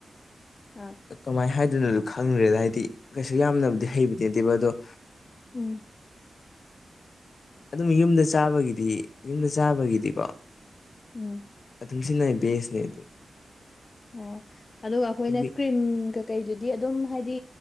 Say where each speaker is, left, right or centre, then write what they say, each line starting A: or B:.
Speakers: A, on the left; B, on the left.
A: ꯑ
B: ꯀꯃꯥꯏ ꯍꯥꯏꯗꯣꯏꯅꯣꯗꯣ ꯈꯪꯗ꯭ꯔꯦꯗ ꯍꯥꯏꯗꯤ ꯀꯩꯁꯨ ꯌꯥꯝꯅꯕꯨꯗꯤ ꯍꯩꯕꯗꯤ ꯅꯠꯇꯦꯕ ꯑꯗꯣ
A: ꯎꯝ
B: ꯑꯗꯨꯝ ꯌꯨꯝꯗ ꯆꯥꯕꯒꯤꯗꯤ ꯌꯨꯝꯗ ꯆꯥꯕꯒꯤꯗꯤꯀꯣ
A: ꯎꯝ
B: ꯑꯗꯨꯝ ꯁꯤꯖꯤꯟꯅꯩ ꯕꯦꯁꯅꯦ ꯑꯗꯨꯝ
A: ꯑꯣ ꯑꯗꯨꯒ ꯑꯩꯈꯣꯏꯅ
B: ꯑꯩꯈꯣꯏꯒꯤ
A: ꯀ꯭ꯔꯤꯝꯒ ꯀꯩꯗꯨꯗꯤ ꯑꯗꯨꯝ ꯍꯥꯏꯗꯤ